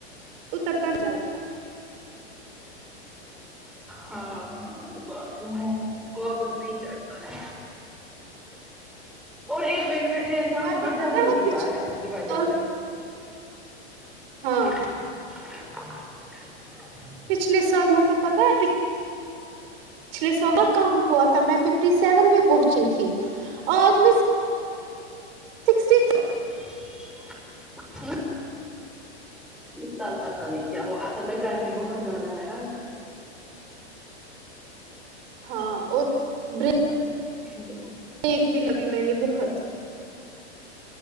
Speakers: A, on the right (about 60°); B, in the centre.
A: اتر تر جانتا ہے
B: ہاں ہاں بات تو ہے واپس نہیں چڑھتا ہے اور ایک بینیفٹ ہے انسان
A: ورنہ
B: صبح
A: پتا
B: جلدی اٹھتا
A: پچھلے
B: ہے اس کی وجہ
A: سال
B: سے
A: ہاں
B: <inaudible>
A: پچھلے سال مطلب پتا ہے پ پچھلے سال کم ہوا تھا میں ففٹی سیون پہ پہنچی تھی آج میں سکسٹی
B: <inaudible> پتہ نہیں کیا وہ اصل میں گرمی بہت زیادہ ہے نا
A: ہاں اور بریک
B: <unintelligible>
A: ایک بھی لبھی میں نے بہت